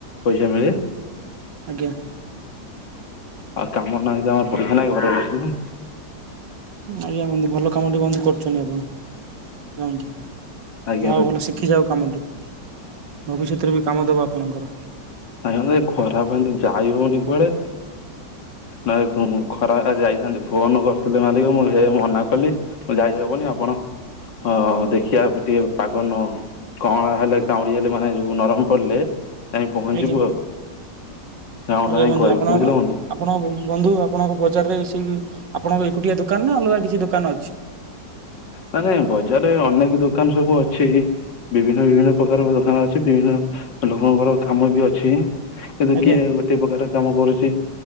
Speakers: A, on the left; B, on the right.
A: ପଇସା ମିଳେ
B: ଆଜ୍ଞା।
A: ଆଉ କାମ ନାହିଁ ତ ଆମର ପଇସା ନାଇଁ ଘରେ ବସିକିନା
B: ଆଜ୍ଞା ବନ୍ଧୁ ଭଲ କାମ ଟି ବନ୍ଧୁ କରୁଛନ୍ତି ଆପଣ <unintelligible>
A: ଆଜ୍ଞା
B: ଯାହା
A: ବନ୍ଧୁ
B: ଭଲ ଶିଖିଯାଆନ୍ତୁ କାମଟି ଭବିଷ୍ୟତରେ ବି କାମ ଦବ ଆପଣଙ୍କର
A: ଆଜ୍ଞ ଖରା ପାଇଁ ତ ଯାଇ ହଉନି କୁଆଡେ? ଭାଇ ଖରାରେ ଯାଇଛନ୍ତି ଫୋନ କରିଥିଲେ ମାଲିକ ମୁଁ ହେ ମନା କଲି। ଯାଇ ହବନି ଆପଣ ହ ଦେଖିବା ଟିକେ ପାଗ ନ କଅଁଳ ହେଲେ କାଉଁଡି ହେଲେ ମାନେ ଯୋଉ ନରମ ପଡିଲେ ଯାଇ ପହଞ୍ଚିବୁ
B: ଆଜ୍ଞା
A: ଆଉ। ହଁ
B: ଆଜ୍ଞା
A: ଭାଇଙ୍କୁ
B: ବନ୍ଧୁ
A: କହିବୁ
B: ଆପଣ
A: ବୁଝିଲ ବନ୍ଧୁ।
B: ଆପଣ ବନ୍ଧୁ ଆପଣଙ୍କ ବଜାରରେ ସେଇ ଆପଣଙ୍କ ଏକୁଟିଆ ଦୋକାନ ନା ଅଲଗା କିଛି ଦୋକାନ ଅଛି?
A: ନାଇଁ ନାଇଁ ବଜାରରେ ଅନେକ ଦୋକାନ ସବୁ ଅଛି। ବିଭିନ୍ନ ବିଭିନ୍ନ ପ୍ରକାର ଦୋକାନ ଅଛି, ବିଭିନ୍ନ ଲୋକଙ୍କର କାମ ବି ଅଛି। କିନ୍ତୁ
B: ଆଜ୍ଞା
A: କିଏ ଗୋଟେ ପ୍ରକାର କାମ କରୁଛି,